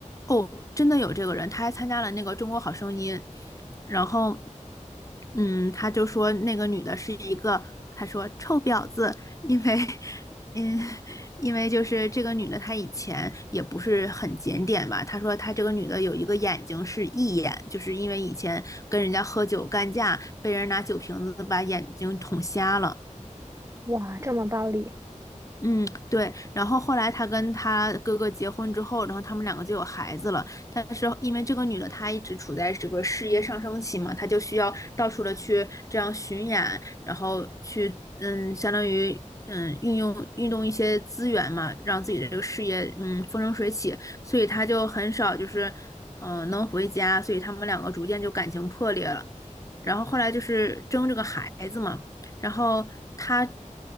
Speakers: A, on the left; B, on the right.
A: 哦，真的有这个人，他还参加了那个《中国好声音》，然后，嗯，他就说那个女的是一个，他说臭婊子，因为嗯，<laughs> 因为就是这个女的，她以前也不是很检点吧。她说她这个女的有一个眼睛是异眼，就是因为以前跟人家喝酒干架，被人拿酒瓶子把眼睛捅瞎了。
B: 哇，这么暴力
A: 嗯，对。然后后来她跟她哥哥结婚之后，然后他们两个就有孩子了。但是因为这个女的她一直处在这个事业上升期嘛，她就需要到处的去这样巡演，然后去嗯，相当于嗯运用运动一些资源嘛，让自己的这个事业嗯风生水起。所以她就很少就是嗯、呃能回家，所以他们两个逐渐就感情破裂了。然后后来就是争这个孩子嘛，然后她